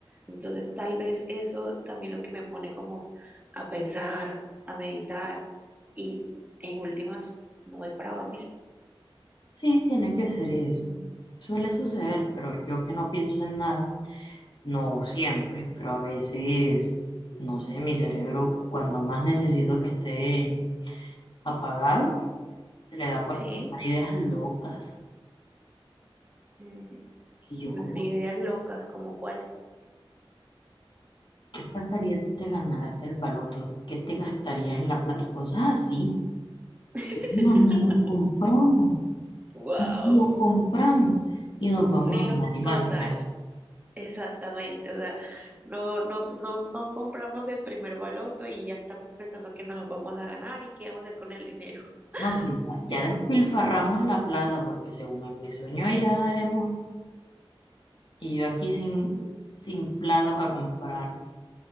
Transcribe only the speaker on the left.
Sí, tiene que ser eso, suele suceder, pero yo que no pienso en nada, No siempre, pero a veces, no sé, mi cerebro cuando más necesito que esté apagado, se le da por
pensar ideas locas.
Y yo como,
¿qué pasaría si te ganaras el baloto? ¿Qué te gastarías en la plata? Cosas así.
No, ni lo compramos,
no lo compramos. Y nos vamos
a
andar imaginando.
No, sí, ya
ya despilfarramos la plata porque según en mi sueño ya hemos, y yo aquí sin, sin plata para comprar.